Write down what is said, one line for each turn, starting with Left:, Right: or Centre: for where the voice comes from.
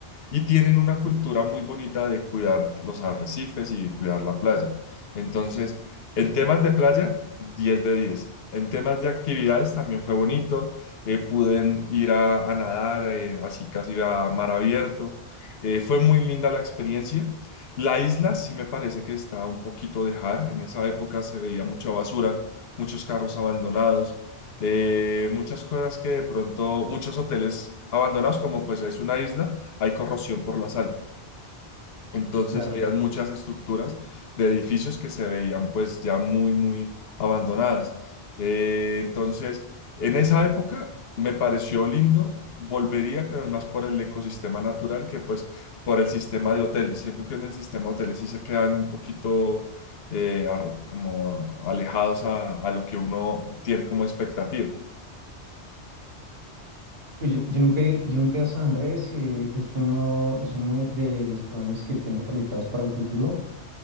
Left: y tienen una cultura muy bonita de cuidar los arrecifes y cuidar la playa. Entonces, en temas de playa, diez de diez En temas de actividades también fue bonito. eh, pude ir a, a nadar, eh, así casi a mar abierto. Eh, fue muy linda la experiencia. La isla sí me parece que está un poquito dejada. En esa época se veía mucha basura, muchos carros abandonados, eh, muchas cosas que de pronto, muchos hoteles abandonados, como pues es una isla, hay corrosión por la sal. Entonces
Right: Claro.
Left: había muchas estructuras de edificios que se veían pues ya muy, muy abandonadas. Eh, entonces, en esa época me pareció lindo, volvería, pero es más por el ecosistema natural que pues por el sistema de hoteles. Siento que en el sistema de hoteles sí se quedan un poquito eh, ar- como alejados a, a lo que uno tiene como expectativa.
Right: Pues yo, yo nunca he, yo nunca he ido a San Andrés, eh, es uno, es uno de los planes que tengo proyectados para el futuro.